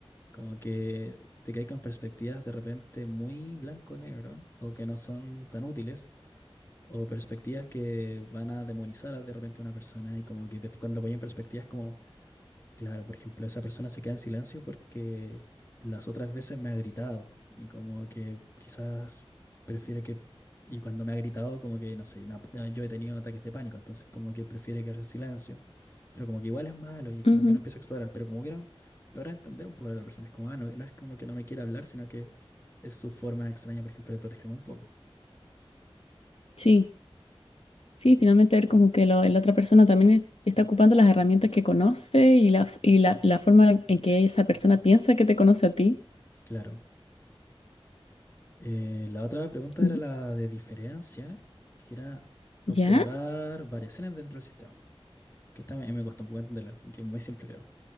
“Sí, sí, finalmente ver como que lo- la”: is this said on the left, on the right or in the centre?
Left